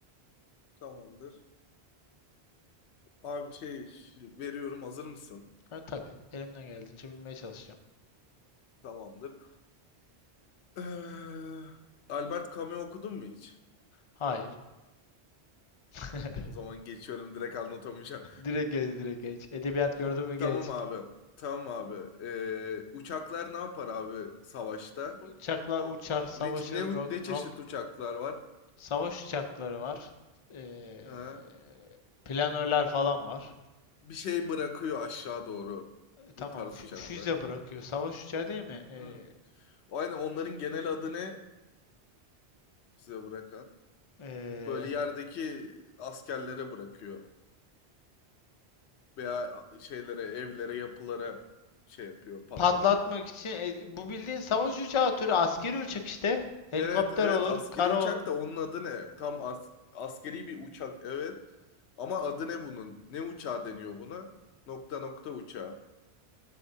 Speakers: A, on the left; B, on the left.
A: Tamamdır. Abi şey veriyorum hazır mısın?
B: Ha, tabii. Elimden geldiğince bilmeye çalışacağım.
A: Tamamdır. Ee, Albert Camus'u okudun mu hiç?
B: Hayır. <laughs>
A: O zaman geçiyorum direkt anlatamayacağım.
B: Direkt geç, direkt geç. Edebiyat
A: Ha,
B: gördün mü geç.
A: Tamam abi. Tamam abi. Ee, uçaklar ne yapar abi savaşta?
B: Uçaklar uçar, savaşır,
A: Ne ç- ne u-
B: rock,
A: ne çeşit
B: rock-
A: uçaklar var?
B: savaş uçakları var. Ee,
A: Ha?
B: planörler falan var.
A: Bir şey bırakıyor aşağı doğru
B: E, tamam,
A: bu tarz
B: fü-
A: uçaklar.
B: füze bırakıyor. Savaş uçağı değil mi? Ee,
A: Hmm. O yani onların genel adı ne size bırakan?
B: ee,
A: Böyle yerdeki askerlere bırakıyor veya şeylere, evlere, yapılara şey yapıyor, patlatıyor.
B: patlatmak için e, bu bildiğin savaş uçağı türü askeri uçak işte. Helikopter
A: Evet evet
B: olur,
A: askeri
B: karo
A: uçak da onun adı ne? Tam as askeri bir uçak evet. Ama adı ne bunun? Ne uçağı deniyor buna? Nokta nokta uçağı.